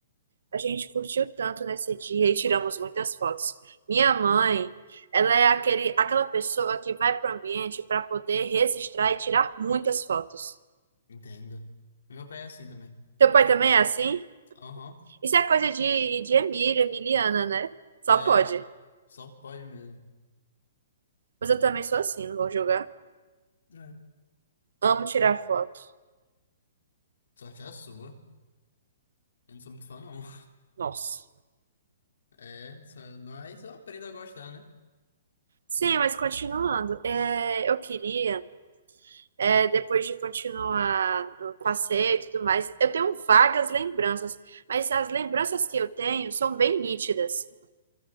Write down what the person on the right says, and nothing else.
a gente curtiu tanto nesse dia e tiramos muitas fotos. Minha mãe, ela é aquele, aquela pessoa que vai para o ambiente para poder registrar e tirar muitas fotos.
Teu pai também é assim?
Isso é coisa de, de Emílio, Emiliana, né? Só
pode.
Mas eu também sou assim, não vou julgar.
Amo tirar foto.
Nossa.
Sim, mas continuando, é, eu queria. é, depois de continuar o passeio e tudo mais. Eu tenho vagas lembranças, mas as lembranças que eu tenho são bem nítidas.